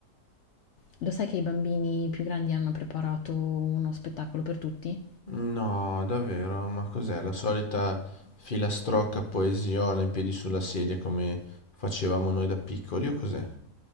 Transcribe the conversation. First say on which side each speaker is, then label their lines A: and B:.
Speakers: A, on the left; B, on the left.
A: Lo sai che i bambini più grandi hanno preparato uno spettacolo per tutti?
B: No, davvero, ma cos'è? La solita filastrocca poesiola in piedi sulla sedia come facevamo noi da piccoli o cos'è?